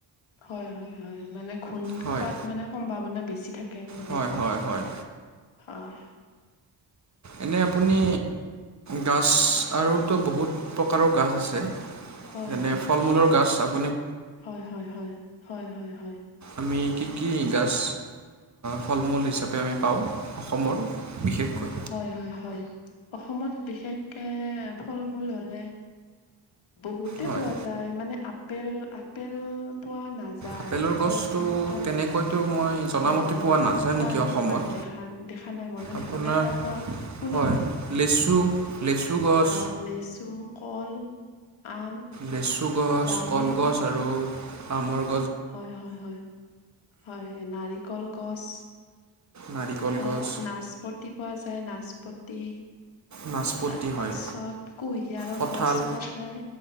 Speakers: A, on the left; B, on the right.
A: হয় হয় হয় মানে ঘোণ
B: হয়
A: খোৱাত মানে সম্ভাৱনা বেছি থাকে খুণে
B: হয়
A: খোৱাত।
B: হয় হয়
A: হয়।
B: এনেই আপুনি গছ আৰুতো বহুত প্ৰকাৰৰ গছ আছে
A: হয়
B: যেনে
A: হয়
B: ফল মূলৰ গাছ আ
A: হয় হয় হয় হয় হয় হয়।
B: আমি কি কি গাছ ফল মূল হিচাপে আমি পাওঁ অসমৰ? বিশেষকৈ
A: অ হয় হয় হয়। অসমত বিশেষকে ফল মূল হলে বহুতে
B: হয়
A: পোৱা যায় মানে আপেল আপেল পোৱা নাযায়।
B: আপেলৰ
A: যায় আপেল
B: গছটো
A: অসমত পোৱা
B: তেনেকৈতো
A: নাযায়
B: মই জনামতে
A: হয় হয়
B: পোৱা
A: হয়
B: নাযায়
A: পোৱা
B: নেকি অসমত
A: হয় দেখা দে। দেখা নাই মইও
B: আপোনাৰ
A: দেখা খ নাই বা পোৱা শুনা
B: হয়
A: নাই
B: লেচু লেচু গছ
A: আহ লেচু কল আম,
B: লেচু গছ
A: জামু
B: কলগছ আৰু আমৰ গ
A: হয় হয় হয় হয় নাৰিকল গছ।
B: নাৰিকল
A: আহ
B: গছ
A: নাচপতি পোৱা যায় নাচপতি।
B: নাচপতি
A: তাৰ পাছত
B: হয়
A: কুঁহিয়াৰৰ
B: কঁঠাল
A: গছ বনাই